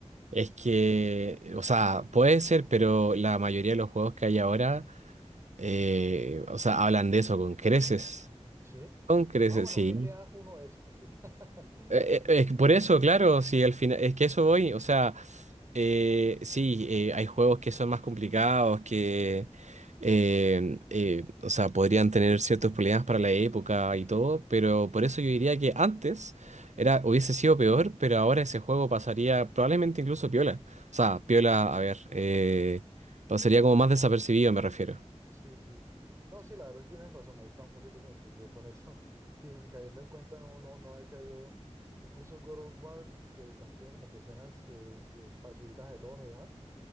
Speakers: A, on the right (about 85°); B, on the right (about 25°).
A: Es que, o sea, puede ser, pero la mayoría de los juegos que hay ahora, eh, o sea, hablan de eso con creces.
B: Sí.
A: Con creces,
B: Ah, bueno,
A: sí.
B: G T A es uno de esos, mentira. <laughs>
A: Eh,
B: Sí.
A: eh, es que por eso, claro, sí, al final, es que eso voy, o sea, eh, sí, eh, hay juegos que son más complicados, que, eh, eh, o sea, podrían tener ciertos problemas para la época y todo, pero por eso yo diría que antes era, hubiese sido peor, pero ahora ese juego pasaría probablemente incluso piola. O sea, piola, a ver, eh, pasaría como más desapercibido, me refiero.
B: Sí, sí. No, sí, la verdad sí tienes razón, ahí estaba un poquito confundido con eso. <laughs> Sí, cayendo en cuenta no, no, no había caído. Incluso God of War, que también tiene como que escenas eh, eh, pa- subidas de tono y demás,